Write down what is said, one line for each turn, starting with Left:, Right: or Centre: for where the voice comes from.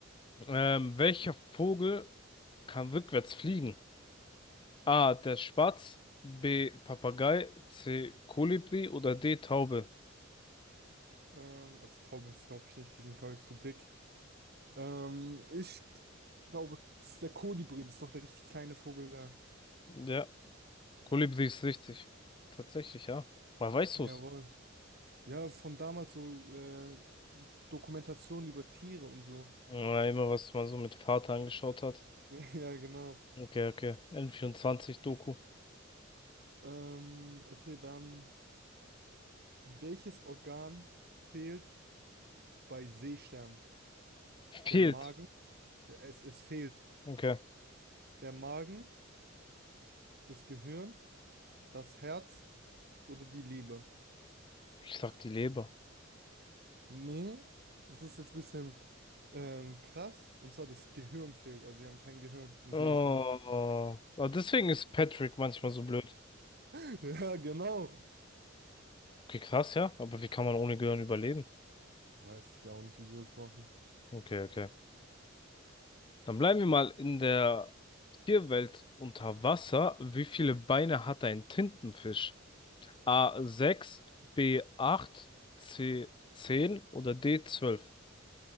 Left: Ähm, welcher Vogel kann rückwärts fliegen? A. Der Spatz. B. Papagei. C. Kolibri oder D. Taube?
Right: Ähm, also Taube ist, glaube ich, nicht. Die sind, glaube ich, zu dick. Ähm, ich glaube, der Kolibri das ist doch der richtig kleine Vogel da.
Left: Ja. Kolibri ist richtig. Tatsächlich, ja. Woher weißt
Right: Jawohl.
Left: du es?
Right: Ja, von damals so äh, Dokumentationen über Tiere und so.
Left: Ja, immer was man so mit Vater angeschaut hat.
Right: <laughs> Ja, genau.
Left: Okay, okay. n vierundzwanzig doku
Right: Ähm, okay, dann welches Organ fehlt bei Seesternen?
Left: Fehlt.
Right: Der Magen? Ja, es, es fehlt.
Left: Okay.
Right: Der Magen, das Gehirn, das Herz oder die Leber?
Left: Ich sag die Leber.
Right: Nee, das ist jetzt ein bisschen ähm, krass. Und zwar das Gehirn fehlt. Also sie haben kein Gehirn, ein
Left: Oh,
Right: Seestern.
Left: aber deswegen ist Patrick manchmal so blöd.
Right: <laughs> Ja, genau.
Left: Okay, krass, ja. Aber wie kann man ohne Gehirn überleben?
Right: Weiß ich auch nicht, wie die das machen.
Left: Okay, okay. Dann bleiben wir mal in der Tierwelt unter Wasser. Wie viele Beine hat ein Tintenfisch? a sechs, b acht, c zehn oder D12?